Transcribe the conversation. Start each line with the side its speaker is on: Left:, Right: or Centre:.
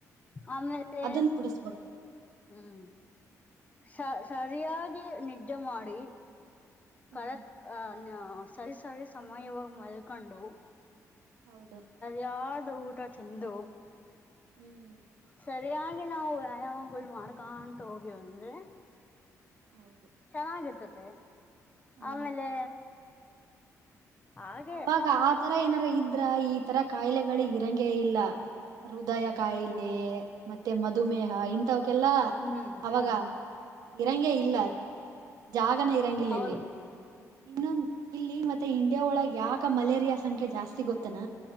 Left: ಆಮೇಲೆ
Right: ಅದನ್ನ ಬಿಡಿಸಬೇಕು
Left: ಹ್ಮ್ ಸ ಸರಿಯಾಗಿ ನಿದ್ದೆ ಮಾಡಿ.
Right: ಹ್ಮ್
Left: ಕರೆಕ್ಟ್ ಅ ನ ಸರಿ ಸರಿ ಸಮಯವಾಗಿ ಮಲ್ಕೊಂಡು.
Right: ಹೌದು.
Left: ಯಾವ್ದ ಊಟ ಚೆಂದು.
Right: ಹ್ಮ್.
Left: ಸರಿಯಾಗಿ ನಾವು ವ್ಯಾಯಾಮಗಳು ಮಾಡ್ಕಂತ ಹೋಗೀವ್ ಅಂದ್ರೆ
Right: ಹೌದು.
Left: ಚೆನ್ನಾಗಿರ್ತತೆ
Right: ಹಾ
Left: ಆಮೇಲೆ.. ಹಾಗೆ
Right: ಅವಾಗ ಆತರ ಏನಾರ ಇದ್ರ ಈ ತರಾ ಕಾಯಿಲೆಗಳ ಇರಂಗೆ ಇಲ್ಲಾ ಹೃದಯ
Left: ಹ್ಮ್
Right: ಕಾಯಿಲೆ ಮತ್ತೆ ಮಧುಮೇಹ ಇಂಥವಕ್ಕೆಲ್ಲಾ.
Left: ಹುಂ ಹುಂ
Right: ಅವಾಗ ಇರಂಗೆ ಇಲ್ಲಾ ಜಾಗನ ಇರಾಂಗಿಲಲ್ಲಿ.
Left: ಹೌದು
Right: ಇನ್ನೊಂದ ಇಲ್ಲಿ ಮತ್ತ ಇಂಡಿಯಾ ಒಳಗ್ ಯಾಕ ಮಲೇರಿಯಾ ಸಂಖ್ಯೆ ಜಾಸ್ತಿ ಗೊತ್ತೆನ.